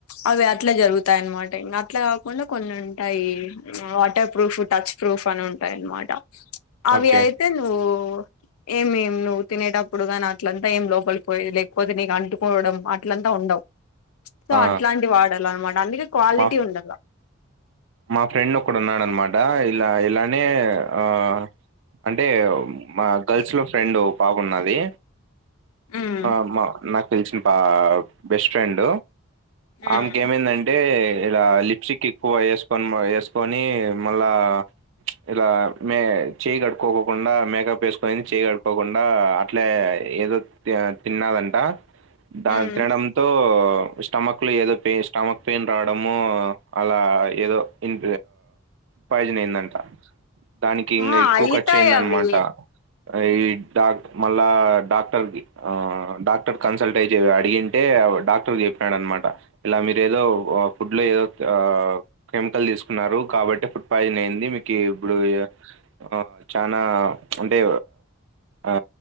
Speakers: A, on the left (about 80°); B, on the right (about 65°).
A: అవి అట్ల జరుగుతాయి అన్నమాట ఇంకా అట్లా కాకుండ కొన్ని ఉంటాయి వాటర్ ప్రూఫ్ టచ్ ప్రూఫ్ అని ఉంటాయి అనమాట అవి
B: ఓకే
A: అయితే నువ్వు ఏమేం నువ్వు తినేటప్పుడు నీ అట్లంతా ఏం లోపలి పోయ లేకపోతే నీకు అంటుకోవడం అట్ల అంతా ఉండవు సో
B: ఆ
A: అట్లాంటి వాడాల అనమాట అందుకే క్వాలిటీ
B: మా
A: ఉండాల
B: మా ఫ్రెండ్ ఒకడు ఉన్నాడు అనమాట ఇలా ఇలానే ఆ అంటే మా గర్ల్స్ లో ఫ్రెండ్ ఒకా <unintelligible> ఉన్నది
A: ఉమ్
B: ఆ మా నాకు తెలిసిన పా బెస్ట్ ఫ్రెండ్ ఆమెకి
A: ఉమ్
B: ఏమైందంటే ఇలా లిప్స్టిక్ ఎక్కువ ని వేసుకొని మళ్ళా ఇలా మే చేయి కట్టుకోకుండా మ మేకప్ వేసుకొని చెయ్యి కడుక్కోకుండా అట్లే ఏదో తిన్నదంట దాని
A: ఉమ్
B: తినడంతో స్టమక్ లో ఏదో పెయి స్టమక్ పెయిన్ రావడము అలా ఏదో ఇన్ పాయిజన్ అయిందంట దానికి ఇంకా
A: ఆ
B: ఎక్కువ
A: అయితాయి
B: ఖర్చు అయ్యిందన్నమాట
A: అవి
B: ఈ డాక్ మళ్ళా డాక్టర్ ఆ డాక్టర్ కన్సల్ట్ అయ్యి అడిగి అడిగితే డాక్టర్ చెప్పాడు అనమాట ఇలా మీరు ఏదో ఫుడ్ లో ఏదో కెమికల్ తీసుకున్నారు కాబట్టి ఫుడ్ పాయిజన్ అయింది మీకు ఇప్పుడు ఆ చనా అంటే ఆ